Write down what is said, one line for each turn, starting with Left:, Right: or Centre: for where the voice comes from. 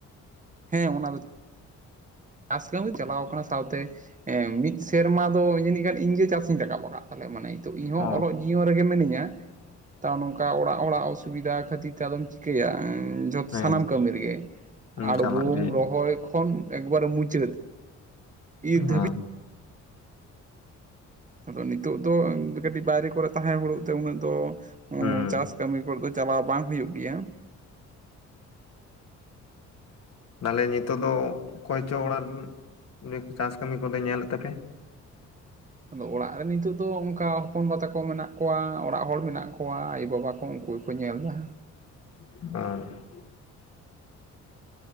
Right: ᱦᱮᱸ ᱚᱱᱟ ᱫᱚ ᱪᱟᱥ ᱠᱟᱹᱢᱤ ᱪᱟᱞᱟᱣ ᱟᱠᱟᱱᱟ ᱥᱟᱶᱛᱮ ᱢᱤᱫ ᱥᱮᱨᱢᱟ ᱫᱚ ᱡᱟᱹᱱᱤᱡ ᱜᱟᱱ ᱤᱧᱜᱮ ᱪᱟᱥ ᱤᱧ ᱨᱟᱠᱟᱵ ᱟᱠᱟᱫ ᱛᱟᱞᱮ ᱢᱟᱱᱮ ᱤᱧᱦᱚᱸ
Left: ᱚ
Right: ᱚᱞᱚᱜ ᱨᱮᱜᱮ ᱢᱤᱱᱟᱹᱧᱟ ᱛᱟᱣ ᱱᱚᱝᱠᱟ ᱚᱲᱟᱜ ᱚᱲᱟᱜ ᱚᱥᱩᱵᱤᱫᱟ ᱠᱷᱟᱹᱛᱤᱨ ᱛᱮ ᱟᱫᱚᱢ ᱪᱤᱠᱟᱹᱭᱟ ᱡᱚᱛ
Left: ᱦᱮᱸ
Right: ᱥᱟᱱᱟᱢ ᱠᱟᱹᱢᱤ ᱨᱮᱜᱮ
Left: ᱦᱩᱸ
Right: ᱟᱲᱜᱚᱢ
Left: ᱪᱟᱞᱟᱜ ᱜᱮ
Right: ᱨᱚᱦᱚᱭ ᱠᱷᱚᱱ ᱮᱠᱵᱟᱨᱮ ᱢᱩᱪᱟᱹᱫ ᱤᱨ
Left: ᱦᱩᱭᱩᱜᱼᱟ
Right: ᱫᱷᱟᱹᱵᱤᱡ ᱟᱫᱚ ᱱᱤᱛᱚᱜ ᱫᱚ ᱠᱟᱹᱴᱤᱡ ᱵᱟᱭᱨᱤ ᱠᱚᱨᱮᱜ ᱛᱟᱦᱮᱸ ᱦᱩᱬᱩᱜ ᱛᱮ ᱩᱱᱟᱹᱜ ᱫᱚ
Left: ᱦᱩᱸ
Right: ᱪᱟᱥ ᱠᱟᱹᱢᱤ ᱠᱚᱨᱮ ᱫᱚ ᱪᱟᱞᱟᱣ ᱵᱟᱝ ᱦᱩᱭᱩᱜ ᱜᱮᱭᱟ <inaudible>
Left: ᱛᱟᱞᱮ ᱱᱤᱛᱚᱜ ᱫᱚ ᱚᱠᱚᱭᱪᱚ ᱚᱲᱟᱜ ᱨᱮᱱ ᱱᱤᱛ ᱪᱟᱥ ᱠᱟᱹᱢᱤ ᱠᱚᱫᱚᱭ ᱧᱮᱞᱮᱫ ᱛᱟᱯᱮᱭᱟ
Right: ᱟᱫᱚ ᱚᱲᱟᱜ ᱨᱮ ᱱᱤᱛᱩᱜ ᱫᱚ ᱚᱱᱠᱟ ᱦᱚᱯᱚᱱ ᱵᱟ ᱛᱟᱠᱚ ᱢᱮᱱᱟᱜ ᱠᱚᱣᱟ ᱚᱲᱟᱜ ᱦᱚᱲ ᱢᱮᱱᱟᱜ ᱠᱚᱣᱟ ᱟᱭᱩ ᱵᱟᱵᱟ ᱠᱚ ᱩᱱᱠᱩ ᱠᱚ ᱧᱮᱞ ᱮᱫᱟ
Left: <unintelligible>